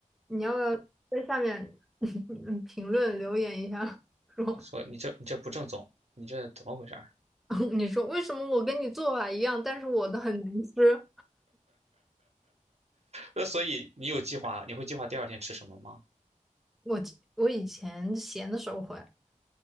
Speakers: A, in the centre; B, on the right.
A: 你要不要在下面 <laughs> 评论留言一下，说
B: 说你这你这不正宗，你这怎么回事儿？
A: <laughs> 你说为什么我跟你做法一样，但是我的很难吃？
B: 那所以你有计划，你会计划第二天吃什么吗？
A: 我我以前闲的时候会，